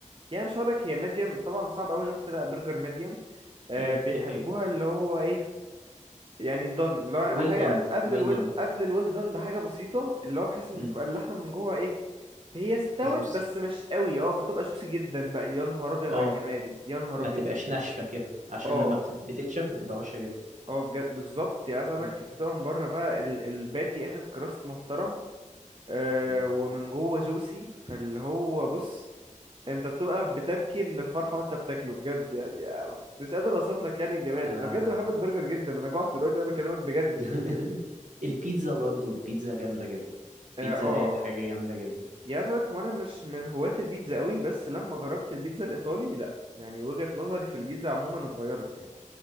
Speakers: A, on the right (about 40°); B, on the right (about 70°).
A: يعني مش هقول لك هي ميديم طبعا صعب قوي ان انت تلاقي برجر ميديم آه
B: م،
A: بيحبوها
B: دي حقيقة
A: اللي هو ايه يعني دن اللي هو
B: well
A: حاجه
B: done
A: قبل قبل
B: well
A: الويل
B: done
A: قبل الويل دن بحاجه بسيطه اللي هو بحيث ان
B: م،
A: تبقى اللحمه من جوه ايه هي استوت
B: juicy
A: بس مش قوي اه فتبقى جوسي جدا بقى يا نهار ابيض
B: اه
A: على الجمال يا نهار
B: ما
A: ابيض
B: تبقاش ناشفة كده عشان
A: اه
B: لما بت- بتنشف بتبقى وحشة جدا
A: اه بجد بالظبط يعني عايز اقول
B: م.
A: لك بتبقى من بره بقى ال- الباتي اخد كراست محترم آه
B: ياه
A: ومن جوه جوسي فاللي هو بص انت بتبقى بتبكي من الفرحه وانت بتاكله بجد يعني آه، مش قادر اوصف لك يعني الجمال
B: انا
A: انا بجد بحب البرجر جدا انا جوعت دلوقتي انا بكلمك بجد
B: <laughs>
A: يعني.
B: البيتزا برضو البيتزا جامدة جدا البيتزا
A: اه آه.
B: ديت حاجة جامدة جدا
A: يعني عايز اقول لك هو انا مش من هواة البيتزا قوي بس لما جربت البيتزا الايطالي لا يعني وجهة نظري في البيتزا عموما اتغيرت يعني